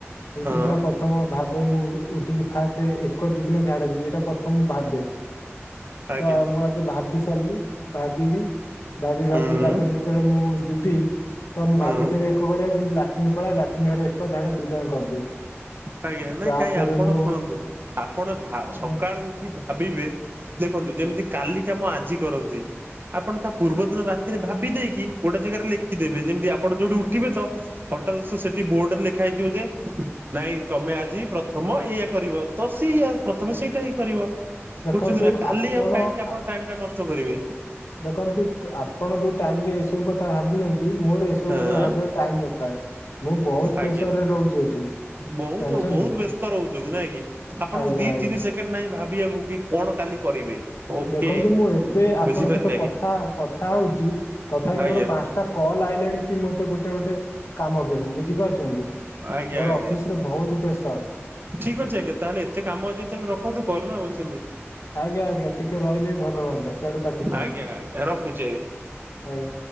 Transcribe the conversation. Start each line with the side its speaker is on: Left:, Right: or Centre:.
Left: ଉଠିକି
Right: ହଁ
Left: ନା ପ୍ରଥମ ଭାବେ ମୁଁ ଉଠିକି ଫାଷ୍ଟ ଏକ ଯିବି ନା ଝାଡା ଯିବି ଏଇଟା ପ୍ର ତ ମୁଁ ଭାବେ
Right: ଆଜ୍ଞା
Left: ତ ମୁଁ ଆଗେ ଭାବି ସାରିଲି ଭାବିବି ଭାବି ଭାବି
Right: ହୁଁ
Left: ତାପରେ ଯେତେବେଳେ ମୁଁ ଯିବି ତ ମୁଁ
Right: ହୁଁ
Left: ଭାବିଥିବି ଏକ କରିଆକୁ କିନ୍ତୁ ଲାଟିନୀ ପଳାଇଲା ଲାଟିନ ଘରେ ଏକ ଝାଡା ଦି ଟା ଯାକ କରିଦିଏ।
Right: ଆଜ୍ଞା ନାଇଁ
Left: ତାପରେ
Right: କାହିଁ ଆପଣ
Left: ମୁଁ
Right: ଶୁଣନ୍ତୁ ଆପଣ ଭା ସକାଳୁ
Left: ହୁଁ
Right: ଉଠି ଭା ଭାବିବେ ଦେଖନ୍ତୁ ଯେମିତି କାଲି କାମ ଆଜି କରନ୍ତି। ଆପଣ ତା ପୂର୍ବ ଦିନ ରାତିରେ ଭାବି ଦେଇକି ଗୋଟେ ଜାଗାରେ ଲେ ଖିଦେବେ
Left: ହୁଁ
Right: ଯେମିତି ଆପଣ ଯୋଉଠି ଉଠିବେ ତ ହଠାତ୍ ସେଠି ବୋର୍ଡ ରେ ଲେଖା ହେଇଥିବ ଯେ ନାଇଁ ତମେ ଆଜି ପ୍ରଥମ ଏଇଆ କରିବ ତ ସେୟା ପ୍ରଥମେ ସେଇଟା ହିଁ କରିବ।
Left: ଦେଖନ୍ତୁ
Right: ବୁଝୁଛନ୍ତି ନା କାଲି
Left: ଆପଣ
Right: ଆଉ କାହିଁକି ଆପଣ
Left: ଆ
Right: ଟାଇମ୍ ଟା ନଷ୍ଟ କରିବେ?
Left: ଦେଖନ୍ତୁ ଆପଣ ଯୋଉ ଟାଇମ ରେ ଏ ସବୁ କଥା ଭାବୁଛନ୍ତି। ବି ମୋର ଏସବୁ
Right: ହଁ
Left: କଥା ଭାବିଆକୁ ଟାଇମ ନଥାଏ ମୁଁ ବହୁତ
Right: ଆଜ୍ଞା
Left: ପ୍ରେସରରେ ରହୁଛି ଏଠି।
Right: ବହୁତ
Left: ଜାଣିଛନ୍ତି
Right: ବହୁତ ବ୍ୟସ୍ତ ରହୁଛନ୍ତି ନାଇଁ କି ଆପଣଙ୍କୁ
Left: ଆଜ୍ଞା
Right: ଦି
Left: ଆଜ୍ଞା
Right: ତିନି ସେ ନାଇଁ ଭାବିବାକୁ ବି କଣ କାଲି କରିବେ? ଓକେ।
Left: ଦେଖନ୍ତୁ ମୁଁ ଏବେ ଆପଣଙ୍କ
Right: ବୁଝିପାରିଲେ
Left: ସହିତ କଥା କଥା ହଉଛି ତଥାପି
Right: ଆଜ୍ଞା ଆଜ୍ଞା
Left: ମୋର ପାଞ୍ଚ ତା କଲ୍ ଆଇଲାଣି କି ମୋତେ ଗୋଟେ ଗୋଟେ କାମ ପାଇଁ ବୁଝିପାରୁଛନ୍ତି।
Right: ଆଜ୍ଞା
Left: ମୋର
Right: ଆଜ୍ଞା।
Left: ଅଫିସ ରେ ବହୁତ ପ୍ରେସର
Right: ଠିକ୍ ଅଛି ଆଜ୍ଞା ତାହେଲେ ଏତେ କାମ ଅଛି ତାହେଲେ ରଖନ୍ତୁ କଲ୍ ନା ବୁଝ୍ଛନ୍ତି।
Left: ଆଜ୍ଞା ଆଜ୍ଞା ଟିକେ ରହିଲେ ବି ଭଲ ହୁଅନ୍ତା ସେଆଡୁ କାଟି ଦିଅନ୍ତୁ
Right: ଆଜ୍ଞା ଆଜ୍ଞା ରଖୁଛି ଆଜ୍ଞା।
Left: ଆଜ୍ଞା।